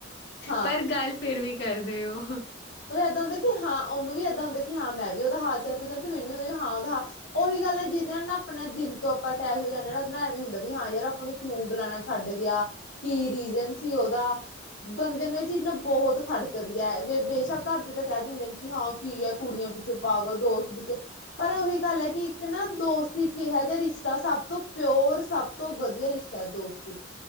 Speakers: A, on the left; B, on the left.
A: ਹਾਂ
B: ਪਰ ਗੱਲ ਫਿਰ ਵੀ ਕਰਦੇ ਹੋ
A: ਮਤ ਏਦਾਂ ਹੁੰਦਾ ਕਿ ਹਾਂ ਉਹਨੂੰ ਵੀ ਏਦਾਂ ਹੁੰਦਾ ਕਿ ਹਾਂ ਮੈਂ ਵੀ ਉਹਦਾ ਹਾਲ ਚ ਪੁੱਜ ਤੇ ਮੈਨੂੰ ਹਾਂ ਉਹਦਾ ਹ ਉਹੀ ਗੱਲ ਹੈ ਜਿਹਦੇ ਨਾਲ ਨਾ ਆਪਣਾ ਦਿਲ ਤੋਂ ਆਪਾਂ ਅਟੈਚ ਹੋ ਜਾਂਦੇ ਹ ਨਾ ਉਹਦੇ ਨਾਲ ਐਵੇਂ ਹੁੰਦਾ ਵੀ ਹਾਂ ਯਾਰ ਆਪ ਨੂੰ ਕਿਉਂ ਬੁਲਾਣਾ ਛੱਡ ਗਿਆ ਕੀ ਰੀਜਨ ਸੀ ਉਹਦਾ ਬੰਦੇ ਨੂੰ ਇਹ ਚੀਜ਼ ਨਾ ਬਹੁਤ ਖੜਕਦੀ ਹੈ ਬੇ ਬੇਸ਼ੱਕ ਘਰਦੇ ਤਾਂ ਕਹਿ ਦਿੰਦੇ ਨੇ ਕਿ ਹਾਂ ਕੀ ਹੈ ਕੁੜੀਆਂ ਪਿੱਛੇ ਪਾਗਲ ਦੋਸਤ ਪਿੱਛੇ ਪਰ ਉਹੀ ਗੱਲ ਹੈ ਕਿ ਇੱਕ ਨਾ ਦੋਸਤੀ ਇਹੋ ਜਿਹਾ ਰਿਸ਼ਤਾ ਸਭ ਤੋਂ ਪਿਓਰ ਸਭ ਤੋਂ ਵਧੀਆ ਰਿਸ਼ਤਾ ਦੋਸਤੀ